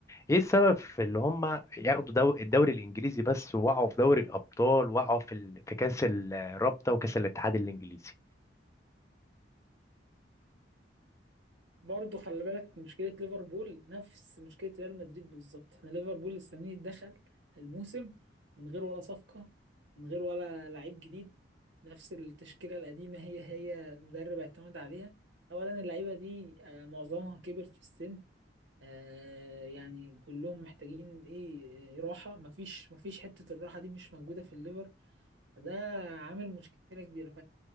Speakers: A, on the left; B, on the right.
A: ايه السبب في اللي هم ياخدوا دو الدوري الانجليزي بس وقعوا في دوري الابطال وقعوا في ال- في كاس الرابطه وكاس الاتحاد الانجليزي
B: برضه خلي بالك مشكلة ليفربول نفس مشكلة ريال مدريد بالظبط احنا ليفربول السنة دي دخل الموسم من غير ولا صفقة من غير ولا لعيب جديد نفس التشكيلة القديمة هي هي المدرب اعتمد عليها أولا اللعيبة دي آه، معظمها كبر في السن آه، يعني كلهم محتاجين ايه آه، راحة مفيش مفيش حتة الراحة دي مش موجودة في الليفر فده عامل مشكلة كبيرة